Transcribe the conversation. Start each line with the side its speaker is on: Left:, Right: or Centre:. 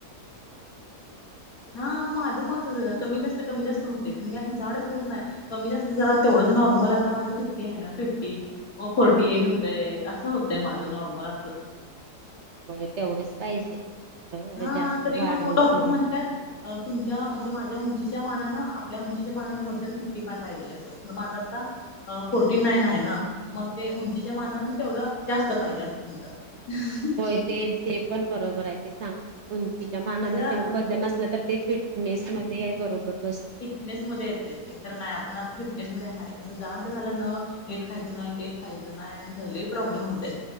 Right: <inaudible>
Left: हा माझ म असचय. कमी जास्त कमी जास्त होतय. खर मी अशी जाडच होत नाय. कमी जास्त जरा तेवढंच नॉर्मल आता माझ फिफ्टी आहे ना फिफ्टी. म फोर्टी एट होतय अस होतय माझ नॉर्मल अस.
Right: होय तेवढच पाहिजे. कुठं
Left: हा
Right: जास्त
Left: तरी
Right: वाढवून
Left: मग हो डॉक्टर
Right: तरी
Left: म्हणत्यात तुमच्या म्हणजे माझ्या उंचीच्या मानानं आपल्या उंचीच्या मानानं वजन फिफ्टी फाय पाहिजे अस. खर माझा आता अ फोर्टी नाईन आहे ना. मग ते उंचीच्या मानान तेवढ जास्त पाहिजे अस म्हणतात.
Right: होय ते ते पण बरोबर आहे. ते सांग उंचीच्या मानान
Left: खरं
Right: जेवढ वजन असल तर ते फिट नेस मध्ये आहे बरोबर बसत.
Left: फीटनेस येत ते खर नाही. आपण आ फिटनेस आहे. खर जाड झाल न हे खायच नाही. ते खायच नाही लई प्रॉब्लेम होतय.